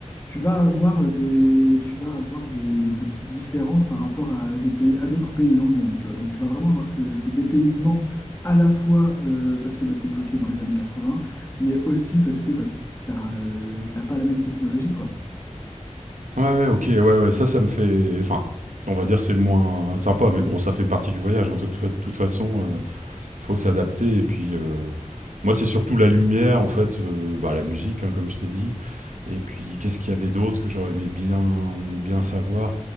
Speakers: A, on the left; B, on the right.
A: tu vas avoir des, tu vas avoir des, des petites différences par rapport à des pays, à d'autres pays dans le monde, tu vois. Donc tu vas vraiment avoir ce, ce dépaysement à la fois euh, parce que bah, tu es bloqué dans les années quatre-vingts mais aussi parce que bah, t'as, euh, t'as pas la même technologie, quoi.
B: Ouais, ouais, ok, ouais, ouais, ça, ça me fait. Enfin, on va dire, c'est moins sympa, mais bon, ça fait partie du voyage, hein, de toute, fa- de toute façon. euh, faut s'adapter. Et puis, euh, moi, c'est surtout la lumière, en fait, euh, bah, la musique, hein, comme je t'ai dit. Et puis, qu'est-ce qu'il y avait d'autre que j'aurais aimé bien, bien savoir